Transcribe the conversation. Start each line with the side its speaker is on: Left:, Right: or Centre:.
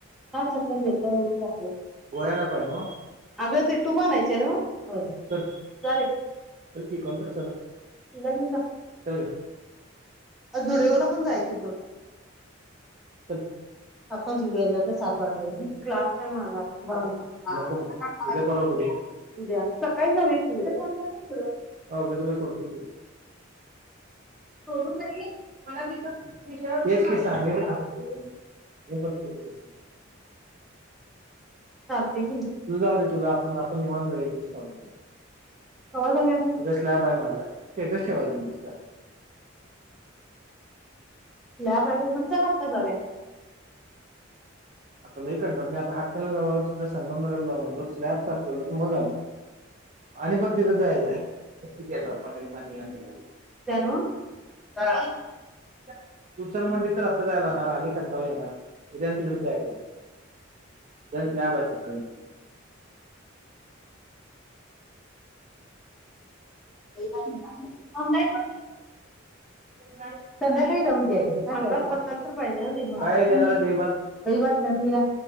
Centre: काय चप्पल घेतोय अन इथं हायत.
Right: गोळ्यान पाइन ओ
Centre: अगं ते टूब आनायचे नव्ह होय
Right: चल
Centre: चालेेल
Right: चल की कोणतरी चला
Centre: हिला घेऊन जा
Right: चल ग
Centre: अ झुडिओला पण जायचं होतं.
Right: चल
Centre: आता झुडिओला जाते सात वाजल्याव नी क्लास आहे माझा आता मग हां
Right: नको मग उद्या परवा बघूया
Centre: उद्या सकाळी जा <unintelligible>
Right: हां उद्या तुला सोडतोय की
Centre: सोडून
Right: हो मग
Centre: नाही मला
Right: आता
Centre: तिथं
Right: इथन <inaudible> हेच की सां <inaudible> हो <unintelligible> टेस्टींगच
Centre: चालते की
Right: तुला जाऊ दे तुला आपण आपण निवांत जाऊ एक दिवस काढुन जाऊ
Centre: कवा जाऊया मग
Right: तिथंच लॅब आहे माझा स्टेटस ठेवायचा मग नुसता
Centre: लॅब आहे व्हय मग चल आता जाउया
Right: आता लई कंटाळ मी आता हात <unintelligible> जाऊ आलो तिथं संगम नगरला जाऊन आलोच लॅब चाकल्लन मग आले आणि पण तिथं जाय जाय किती आता पंढरी सामिल नाके झाले.
Centre: त्याण ता
Right: तू चल म्हणलीस तर आता जायलाणार आणि कंटाळा येणार उद्या आणि तिकडचं जाय त्यांस लॅब हाय सकाळी
Centre: <inaudible> खाऊन जायचं
Right: हो
Centre: संध्याकाळी जाऊन घ्यायचं अंगात बसायला तर पाहिजे ना तिच्या
Right: काय देणार आहे दहीभात
Centre: दही भात नदिला